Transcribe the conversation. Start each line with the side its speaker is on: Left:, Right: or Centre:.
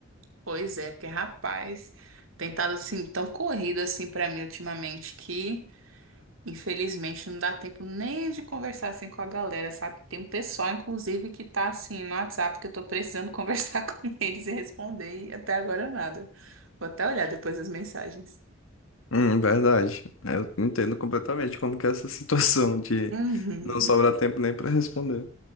Right: Pois é, porque rapaz, tem estado assim tão corrido assim pra mim ultimamente que infelizmente não dá tempo nem de conversar assim com a galera, sabe? Tem um pessoal inclusive que tá assim no WhatsApp que eu tô precisando <laughs> conversar com eles e responder e até agora nada. Vou até olhar depois as mensagens.
Left: Hum, verdade. Eu entendo completamente como que é essa <laughs> situação de
Right: Uhum.
Left: não sobrar tempo nem pra responder.